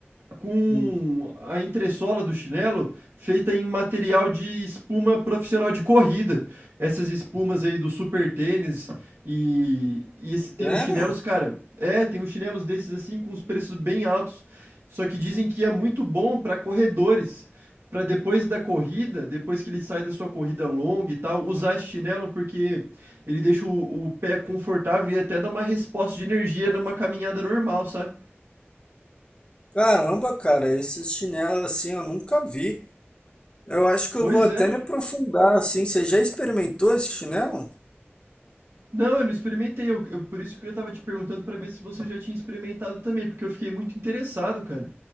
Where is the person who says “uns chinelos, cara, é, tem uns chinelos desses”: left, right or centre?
Right